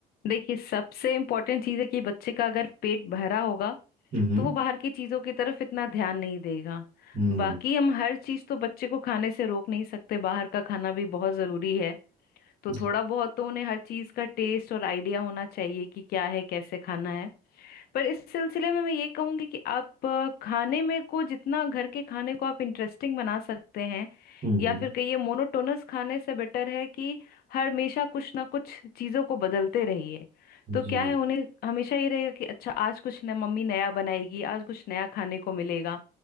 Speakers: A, on the left (about 65°); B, on the right (about 45°).
A: देखिए सबसे इम्पोर्टेंट चीज़ है कि बच्चे का अगर पेट भरा होगा
B: हम्म
A: तो वो बाहर की चीज़ों की तरफ इतना ध्यान नहीं देगा
B: हम्म
A: बाकी
B: हम्म
A: हम हर चीज़ तो बच्चे को खाने से रोक नहीं सकते बाहर का खाना भी बहुत ज़रूरी है तो
B: जी
A: थोड़ा बहुत तो उन्हें हर चीज़ का टेस्ट और आइडिया होना चाहिए कि क्या है कैसे खाना है पर इस सिलसिले में मैं ये कहूंगी कि आप अ, खाने में को जितना घर के खाने को आप इंटरेस्टिंग बना सकते हैं
B: हम्म हम्म,
A: या फिर कहिए मोनोटोनस खाने से बेटर है कि हर हमेशा कुछ ना कुछ चीज़ों को बदलते रहिए तो
B: जी
A: क्या है उन्हें हमेशा ये रहेगा कि अच्छा आज कुछ न मम्मी नया बनाएगी आज कुछ नया खाने को मिलेगा